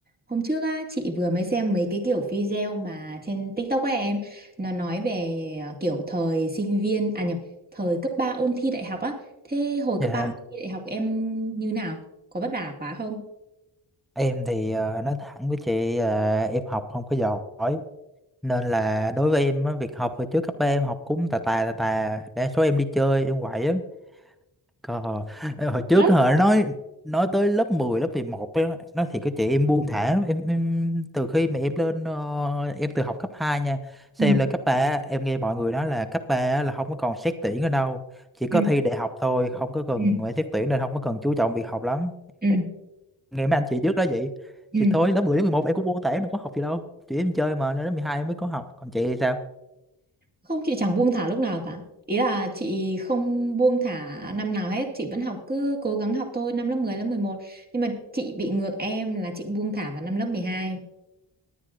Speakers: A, on the right; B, in the centre.
A: Hôm trước á, chị vừa mới xem mấy cái kiểu video mà trên TikTok của em nó nói về ờ, kiểu thời sinh viên à nhập thời cấp 3 ôn thi đại học á. Thế hồi
B: Dạ,
A: cấp 3 ôn thi đại học em như nào? Có vất vả quá không?
B: em thì ờ, nói thẳng với chị là em học không có giỏi nên là đối với em á, việc học hồi trước cấp ba em học cũng tà tà tà tà đa số em đi chơi em quậy lắm còn hồi hồi trước
A: Đấy.
B: họ nói nói tới lớp 10 lớp 11 á, nói thì có chị em buông thả lắm em, em từ khi mà em lên ờ, em từ học cấp 2 nha xem
A: Ừ,
B: em lên cấp 3 em nghe mọi người nói là cấp 3 là không có còn xét tuyển ở đâu chỉ
A: ừ,
B: có thi đại học thôi không có cần
A: ừ,
B: phải xét tuyển nên không có cần chú trọng việc học lắm
A: ừ,
B: Ngày mấy anh chị trước đó vậy
A: ừ.
B: thì thôi lớp 10 đến 11 em cũng buông tay nó có học gì đâu chị em chơi mà lên lớp 12 em mới có học còn chị thì sao
A: Không chị chẳng buông thả lúc nào cả. Ý là chị không buông thả năm nào hết, chị vẫn học cứ cố gắng học thôi, năm lớp mười lớp mười một Nhưng mà chị bị ngược em là chị buông thả vào năm lớp mười hai